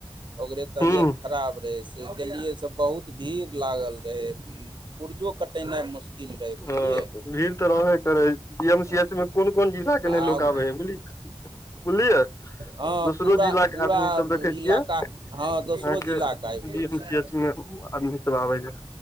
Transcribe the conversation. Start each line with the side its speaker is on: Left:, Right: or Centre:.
Right: ओकरे तबियत
Left: हूँ
Right: खराब रहै से गेलियै सब बहुत भीड़ लागल रहै पुर्जो कटेनाइ मुश्किल रहै बुझलियै
Left: ह भीड़ तऽ रहबे करै पिएम
Right: हँ
Left: सी एच मे कुन कुन जिला के नय
Right: आब
Left: लोक इस है बुझलियै बुझलियै
Right: हँ
Left: दोसरो
Right: पूरा
Left: जिला
Right: पूरा
Left: के आदमी सब देखै
Right: इलाका
Left: छियै अहाँ
Right: हँ दोसरो
Left: के
Right: जिलाके आबि गेल
Left: डी एम
Right: छै
Left: सी एच मे आदमी सब आबै है